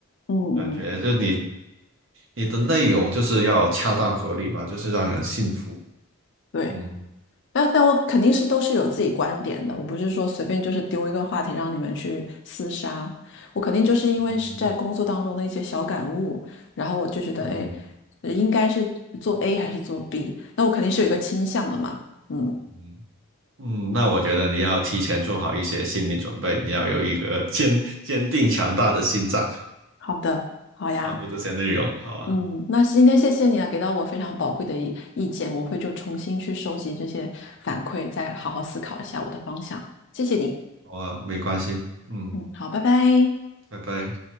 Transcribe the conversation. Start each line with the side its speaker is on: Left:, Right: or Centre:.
Left: 嗯嗯，
Right: 感觉就你你的内容就是要恰当合理吧，就是让人信服。
Left: 对。
Right: 嗯
Left: 但但我肯定是都是有自己观点的，我不是说随便就是丢一个话题让你们去厮杀，我肯定就是因为是在工作当中的一些小感悟，
Right: 嗯
Left: 然后我就觉得，
Right: 嗯
Left: 哎，呃应该是做 A 还是做 B，那我肯定是有一个倾向的嘛。嗯，
Right: 嗯嗯，那我觉得你要提前做好一些心理准备，你要有一个坚坚定强大的心脏，
Left: 好的，好呀，
Right: 发布这些内容。好啊，
Left: 嗯，那今天谢谢你啊，给到我非常宝贵的意意见，我会就重新去收集这些反馈，再好好思考一下我的方向。谢谢你，
Right: 好啊，没关系。嗯，
Left: 嗯，好，拜拜。
Right: 拜拜。